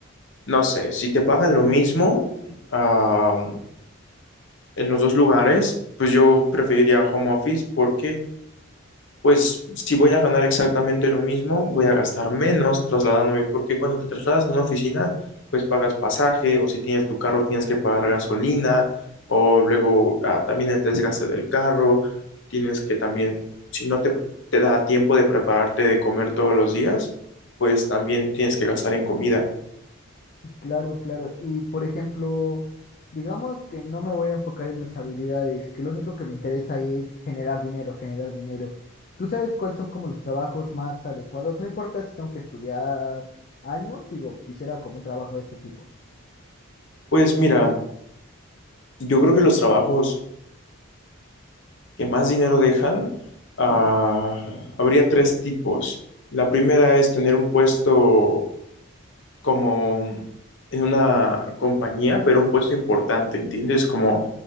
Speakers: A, on the left; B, on the left.
A: no sé, si te pagan lo mismo, ah, en los dos lugares, pues yo preferiría home office porque, pues, si voy a ganar exactamente lo mismo, voy a gastar menos trasladándome, porque cuando te trasladas a una oficina, pues pagas pasaje o si tienes tu carro tienes que pagar gasolina o luego ah, también el desgaste del carro, tienes que también, si no te, te da tiempo de prepararte de comer todos los días, pues también tienes que gastar en comida.
B: Y Claro, claro. Y por ejemplo, digamos que no me voy a enfocar en mis habilidades, que lo único que me interesa es generar dinero, generar dinero. ¿Tú sabes cuáles son como los trabajos más adecuados? No importa si tengo que estudiar años, digo, quisiera como un trabajo de ese tipo.
A: Pues mira, yo creo que los trabajos que más dinero dejan, ah,
B: Sí,
A: habría tres tipos. La primera es tener un puesto como en una compañía, pero un puesto importante, ¿entiendes? Como,